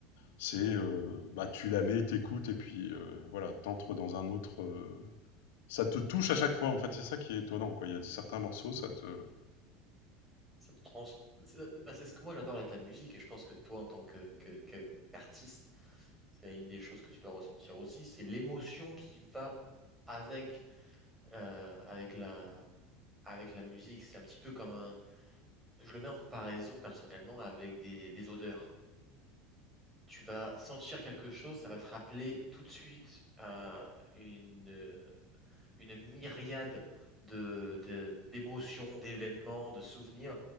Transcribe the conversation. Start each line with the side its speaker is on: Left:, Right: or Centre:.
Left: c'est euh, bah tu la mets, t'écoutes et puis euh, voilà t'entres dans un autre. euh, ça te touche à chaque fois en fait c'est ça qui est étonnant quoi. Il y a certains morceaux ça te.
Centre: Ça te trans... C'est euh, bah, c'est ce que moi j'adore avec la musique et je pense que toi en tant que, que, que- qu'artiste, c'est une des choses que tu dois ressentir aussi, c'est l'émotion qui va avec, euh, avec la, avec la musique. C'est un petit peu comme un Je le mets en comparaison personnellement avec des, des odeurs. Tu vas sentir quelque chose, ça va te rappeler tout de suite euh, une, euh, une myriade de, de- d'émotions, d'événements, de souvenirs.